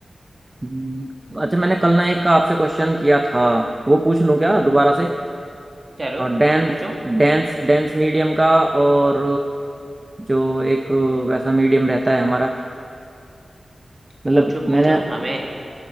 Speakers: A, on the right; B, on the right.
A: हम्म, अच्छा मैंने कल ना एक का आपसे क्वेश्चन किया था वो पूछ लूं क्या दोबारा से
B: चलो पूछो
A: डांस
B: पूछो
A: डांस डांस मीडियम का और जो एक वैसा मीडियम रहता है हमारा मतलब
B: पूछो पूछो
A: मैंने
B: हमें